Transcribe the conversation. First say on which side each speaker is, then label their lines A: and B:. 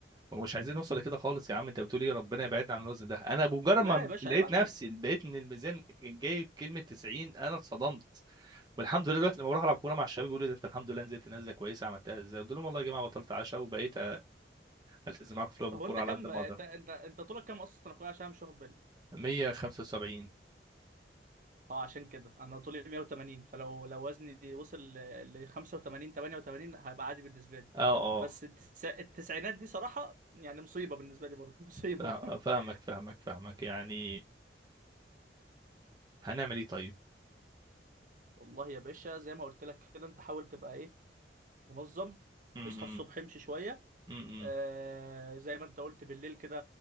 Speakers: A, on the right; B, on the right.
A: مش عايزين نوصل لكده خالص يا عم انت بتقول ايه ربنا يبعدنا عن الوزن ده انا بمجرد
B: لا
A: ما
B: يا باشا
A: لقيت
B: عيب عليك
A: نفسي لقيت ان الميزان جايب كلمه 90 انا اتصدمت والحمد لله دلوقتي لما بروح العب كوره مع الشباب بيقولوا لي ده انت الحمد لله نزلت نزله كويسه عملتها ازاي قلت لهم والله يا جماعه بطلت عشاء وبقيت التزم معاكم في لعب
B: هو
A: الكوره
B: أنت
A: على
B: كم
A: قد ما
B: أنت
A: اقدر
B: أنت أنت طولك كم أصلا يا أخويا عشان أنا مش واخد بالي
A: 175
B: اه عشان كده انا طولي 180 فلو لو وزني وصل ل ل 85 88 هيبقى عادي بالنسبه لي
A: اه اه
B: بس التس... التسعينات دي صراحه يعني مصيبه بالنسبه لي برضه مصيبه
A: فا- فاهمك
B: <laughs>
A: فاهمك فاهمك يعني هنعمل ايه طيب
B: والله يا باشا زي ما قلت لك كده انت حاول تبقى ايه منظم
A: امم
B: اصحى الصبح امشي شويه
A: امم
B: آه زي ما انت قلت بالليل كده